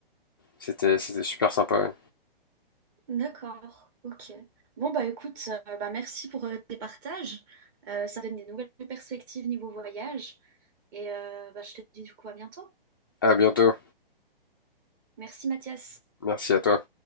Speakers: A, on the left; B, on the right.
A: c'était c'était super sympa. ouais.
B: d'accord, ok. Bon bah écoute, euh, bah merci pour euh, tes partages. Euh, ça donne des nouvelles perspectives niveau voyage. Et euh, bah, je te dis du coup à bientôt.
A: À bientôt.
B: Merci Mathias.
A: Merci à toi.